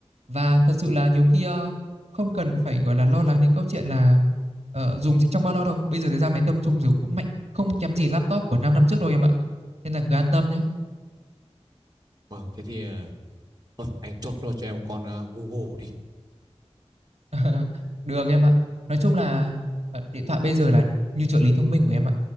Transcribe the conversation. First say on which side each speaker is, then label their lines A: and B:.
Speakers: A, on the right (about 70°); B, on the right (about 35°).
A: và thật sự là nhiều khi ờ, không cần phải gọi là lo lắng đến câu chuyện là ờ, dùng sẽ trong bao lâu đâu bây giờ thì ra máy tầm trung rồi cũng mạnh không kém gì laptop của 5 năm trước đâu em ạ nên là cứ an tâm nhé
B: vâng thế thì ờ, thôi anh chốt luôn cho em con ờ, Google đi.
A: <laughs> Được em ạ. Nói chung là ờ, điện thoại bây giờ là như trợ lý thông minh của em ạ.